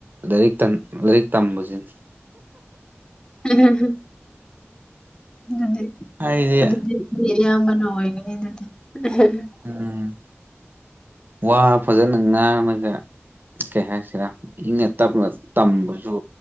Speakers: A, on the right; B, on the left.
A: ꯂꯥꯏꯔꯤꯛ ꯇꯟ ꯂꯥꯏꯔꯤꯛ ꯇꯝꯕꯖꯤꯅꯤ
B: <unintelligible> ꯑꯗꯨꯗꯤ
A: ꯍꯥꯏꯗꯤ
B: ꯑꯗꯨꯗꯤ ꯃꯤ ꯑꯌꯥꯝꯕꯅ ꯑꯣꯏꯒꯅꯤ ꯑꯗꯨꯗꯤ <unintelligible>
A: ꯎꯝ ꯋꯥ ꯐꯖꯅ ꯉꯥꯡꯃꯒ ꯀꯩ ꯍꯥꯏꯁꯤꯔ ꯏꯪꯅ ꯇꯞꯅ ꯇꯝꯕꯖꯨ